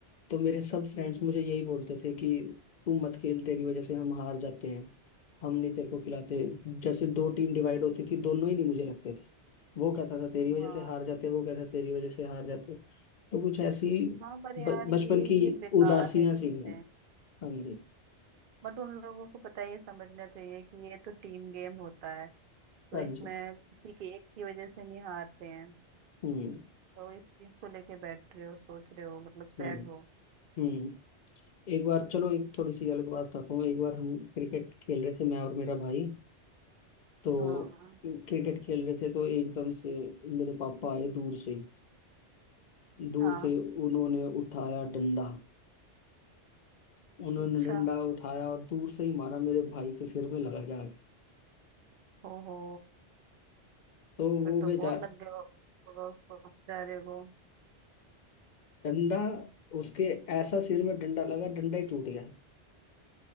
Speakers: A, on the left; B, on the right.
A: तो मेरे सब फ्रेंड्स
B: हम्म
A: मुझे यही बोलते थे कि तू मत खेल तेरी वजह से हम हार जाते हैं हम नहीं तेरे को खिलाते जैसे दो टीम डिवाइड होती थी दोनों ही नहीं मुझे रखते थे वो कहता था तेरी
B: हम्म,
A: वजह
B: हाँ
A: से हार जाते वो कहता तेरी वजह से हार जाते तो कुछ ऐसी
B: हाँ पर यार
A: ब- बचपन
B: ये
A: की
B: ये बेकार
A: उदासियां
B: है चीजें
A: सी हैं हाँ जी
B: बट उन लोगों को पता है ये समझना चाहिए कि ये तो टीम गेम होता है तो
A: हाँ
B: इसमें
A: जी
B: किसी के एक की वजह से नहीं हारते हैं
A: हम्म
B: तो इस चीज को लेके बैठ रहे हो सोच रहे हो मतलब सैड
A: हम्म
B: हो
A: हम्म एक बार चलो एक थोड़ी सी अलग बात बताता हूँ एक बार हम क्रिकेट खेल रहे थे मैं और मेरा भाई तो
B: हाँ
A: क्रिकेट खेल रहे थे तो एकदम से मेरे पापा आए दूर से ही। दूर
B: हाँ
A: से उन्होंने उठाया डंडा उन्होंने
B: अच्छा
A: डंडा उठाया और दूर से ही मारा मेरे भाई के सिर में लगा जाके
B: ओहो
A: तो वो
B: फिर तो
A: बेचारा
B: बहुत लग गया होगा उसको बेचारे को
A: डंडा उसके ऐसा सिर में डंडा लगा डंडा ही टूट गया